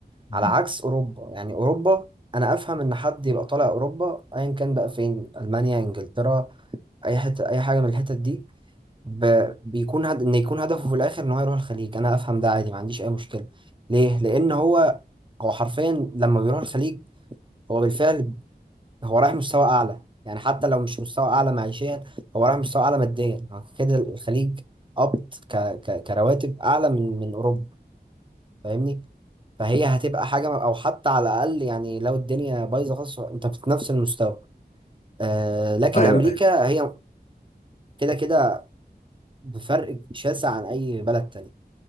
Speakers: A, on the left; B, on the right.
A: مم.
B: على عكس اوروبا يعني اوروبا انا افهم ان حد يبقى طالع اوروبا ايا كان بقى فين المانيا انجلترا اي حته اي حاجه من الحتت دي ب... بيكون هد... ان يكون هدفه في الاخر ان هو يروح الخليج انا افهم ده عادي ما عنديش اي مشكله ليه لان هو هو حرفيا لما بيروح الخليج هو بالفعل هو رايح مستوى اعلى يعني حتى لو مش مستوى اعلى معيشيا هو رايح مستوى اعلى ماديا هو كده الخليج قبض ك... ك... كرواتب اعلى من من اوروبا فاهمني فهي هتبقى حاجه او حتى على الاقل يعني لو الدنيا بايظه خالص انت في نفس المستوى آه... لكن
A: أيوه
B: امريكا
A: أيوه
B: هي كده كده بفرق شاسع عن اي بلد تاني